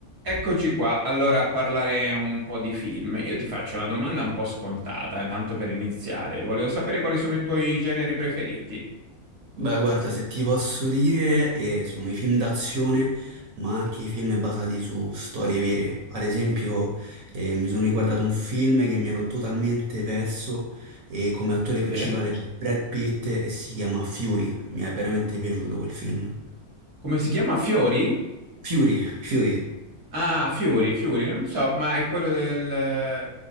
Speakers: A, on the right; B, on the right.
A: Eccoci qua, allora a parlare un po' di film. Io ti faccio una domanda un po' scontata, eh, tanto per iniziare. Volevo sapere quali sono i tuoi generi preferiti.
B: Beh, guarda, se ti posso dire, eh, sono i film d'azione, ma anche i film basati su storie vere. Ad esempio, eh, mi sono riguardato un film che mi ero totalmente perso e come attore principale
A: Sì.
B: c'è Brad Pitt e si chiama Fury. Mi è veramente piaciuto quel film.
A: Come si chiama? Fiori?
B: Fury, Fury.
A: Ah, Fiori, Fiori, non so, ma è quello del...